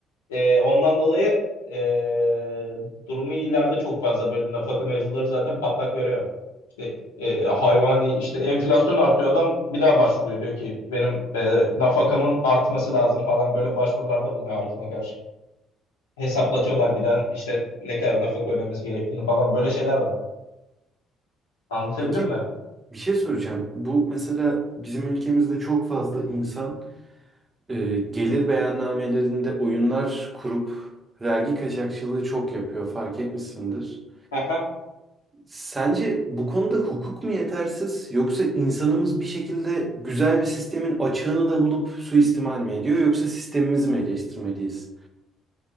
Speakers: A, on the left (about 80°); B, on the right (about 30°).
A: Ee, ondan dolayı ee, durumu iyilerde çok fazla bölüm nafaka mevzuları zaten patlak veriyor. İşte ee, hayvani işte enflasyon artıyor adam bir daha başvuruyor diyor ki benim ee, nafakamın artması lazım falan böyle başvurularda bulunuyor hakime karşı. Hesaplatıyorlar bir daha işte ne kadar nafaka ödemesi gerektiğini falan böyle şeyler var. Anlatabildim
B: Peki
A: mi?
B: bir şey soracağım. Bu mesela bizim ülkemizde çok fazla insan E, gelir beyannamelerinde oyunlar kurup vergi kaçakçılığı çok yapıyor fark etmişsindir.
A: Aha.
B: Sence bu konuda hukuk mu yetersiz yoksa insanımız bir şekilde güzel bir sistemin açığını da bulup suistimal mi ediyor yoksa sistemimizi mi eleştirmeliyiz?